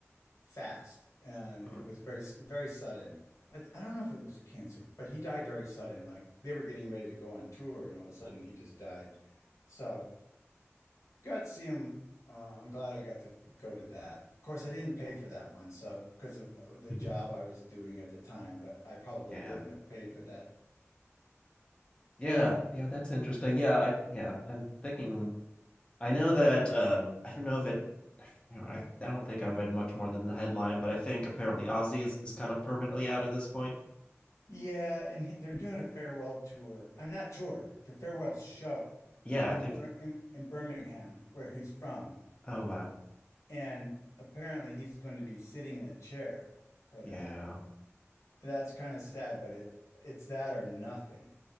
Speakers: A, on the left; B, on the left.
A: fast, and
B: Mm.
A: it was very very sudden. I, I don't know if it was cancer, but he died very sudden. Like they were getting ready to go on tour, and all of a sudden he just died. So. Got to see him. Uh, I'm glad I got to go to that. Of course, I didn't pay for that one, so because of uh, the
B: <laughs>
A: job I was doing at the time, but I probably
B: Yeah.
A: wouldn't have paid for that.
B: Yeah. Yeah, that's interesting. Yeah, I yeah, I'm thinking I know that um I don't know if it I don't know, I, I don't think I read much more than the headline, but I think apparently Ozzy is, is kind of permanently out at this point.
A: Yeah, and he- they're doing a farewell tour. I'm not tour, the farewell show
B: Yeah,
A: in,
B: I think
A: Bir in in Birmingham, where he's from,
B: oh wow.
A: and apparently he's going to be sitting in a chair for
B: Yeah.
A: that. That's kind of sad, but it it's that or nothing.